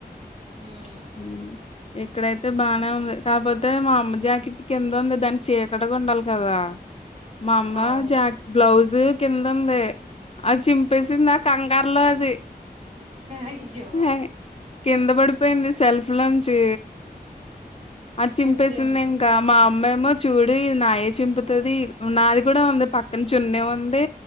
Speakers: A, on the right; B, on the left.
A: మ్మ్
B: హ్మ్. ఇక్కడైతే బానే ఉంది కాకపోతే మా అమ్మ జాకెట్ కింద ఉంది దాని చీకటిగా ఉండాలి కదా మా అమ్మ
A: అవును
B: జాక్ బ్లౌజు కింద ఉంది అది చింపేసింది ఆ కంగారు లో అది
A: అయ్యో
B: ్ కింద పడిపోయింది సెల్ఫ్ పలంచే అది చింపేసింది
A: సత్యం
B: ఇంకా మా అమ్మేమో చూడే ఇది నాయే చింపుతది నాది కూడా ఉంది పక్కన చున్నే ఉంది